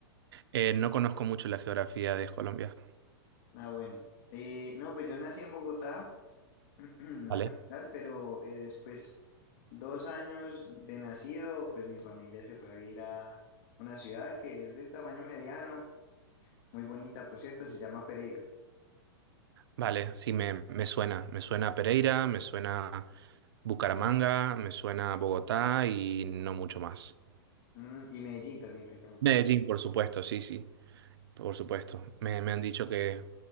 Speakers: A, on the right; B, on the left.
A: Eh, no conozco mucho la geografía de Colombia.
B: Ah, bueno. Eh, no, pues yo nací en Bogotá, <clears throat> la
A: Vale.
B: capital, pero eh, después dos años de nacido, pues mi familia se fue a vivir a una ciudad que es de tamaño mediano, muy bonita, por cierto, se llama Pereira.
A: Vale, sí, me, me suena. Me suena Pereira, me suena Bucaramanga, me suena Bogotá y no mucho más.
B: Mm, y Medellín también, lógicamente.
A: Medellín,
B: ¿no?
A: por supuesto, sí, sí, por supuesto. Me, me han dicho que,